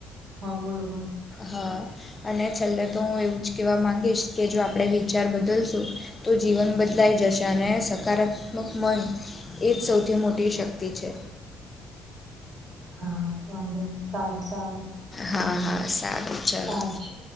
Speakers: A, on the right; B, on the left.
A: હ બોલો બોલો
B: હા અને છેલ્લે તો હું એવું જ કહેવા માગીશ કે જો આપણે વિચાર બદલશું તો જીવન બદલાઈ જશે અને સકારાત્મક મન એ જ સૌથી મોટી શક્તિ છે.
A: હા વાંધો નહી સારું સારું
B: હા હા સારું ચાલો
A: સાર છે